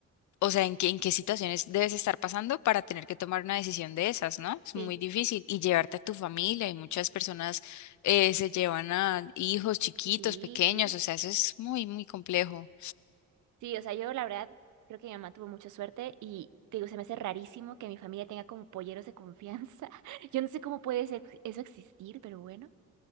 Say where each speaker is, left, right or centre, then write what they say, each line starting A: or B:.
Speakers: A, on the left; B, on the right.
A: o sea, en qué, en qué situaciones debes estar pasando para tener que tomar una decisión de esas, ¿no? Es
B: Sí,
A: muy difícil. Y llevarte a tu familia, y muchas personas eh, se llevan a hijos chiquitos,
B: sí,
A: pequeños,
B: sí.
A: o sea, eso es muy, muy complejo.
B: Sí, o sea, yo la verdad creo que mi mamá tuvo mucha suerte y te digo, se me hace rarísimo que mi familia tenga como polleros de confianza. <laughs> Yo no sé cómo puede ese- eso existir, pero bueno.